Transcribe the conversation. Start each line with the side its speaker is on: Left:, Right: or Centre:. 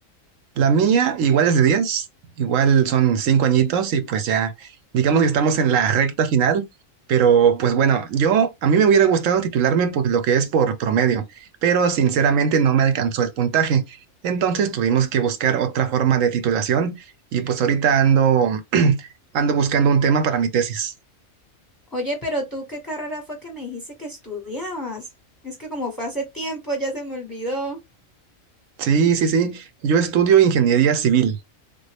Right: La mía igual es de 10, igual son 5 añitos y pues ya, digamos que estamos en la recta final, pero pues bueno, yo a mí me hubiera gustado titularme por lo que es por promedio, pero sinceramente no me alcanzó el puntaje. Entonces tuvimos que buscar otra forma de titulación y pues ahorita ando <clears throat> ando buscando un tema para mi tesis.
Left: Oye, pero tú, ¿qué carrera fue que me dijiste que estudiabas? Es que como fue hace tiempo, ya se me olvidó.
Right: Sí, sí, sí, yo estudio ingeniería civil.